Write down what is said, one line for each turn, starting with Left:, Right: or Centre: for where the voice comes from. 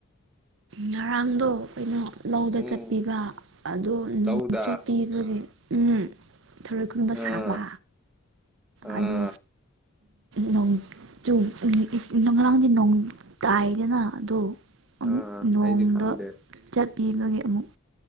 Right: ꯉꯔꯥꯡꯗꯣ ꯀꯩꯅꯣ ꯂꯧꯗ
Centre: ꯎꯝ
Right: ꯆꯠꯄꯤꯕ ꯑꯗꯣ ꯅꯣꯡ
Centre: ꯂꯧꯗ
Right: ꯆꯣꯠꯄꯤꯕꯒꯤ ꯎꯝ ꯊꯔꯣꯏ ꯈꯨꯟꯕ
Centre: ꯑꯥ
Right: ꯁꯥꯕ
Centre: ꯑꯥ
Right: ꯑꯗꯣ ꯅꯣꯡ ꯆꯨ ꯉꯔꯥꯡꯗꯤ ꯅꯣꯡ ꯇꯥꯏꯗꯅ ꯑꯗꯣ
Centre: ꯑꯥ
Right: ꯑꯃꯨꯛ ꯅꯣꯡꯗ
Centre: ꯑꯩꯗꯤ ꯈꯪꯗꯦ
Right: ꯆꯠꯄꯤꯕꯒꯤ ꯑꯃꯨꯛ